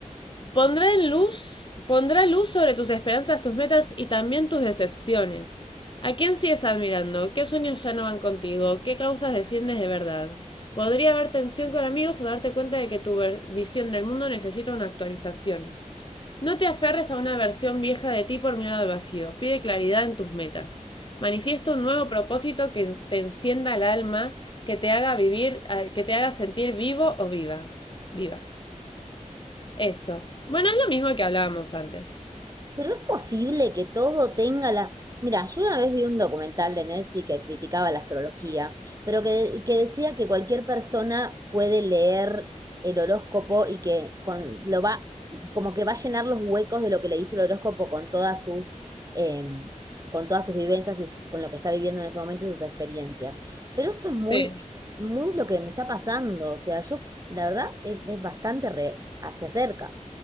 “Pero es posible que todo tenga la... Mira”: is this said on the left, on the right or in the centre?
Right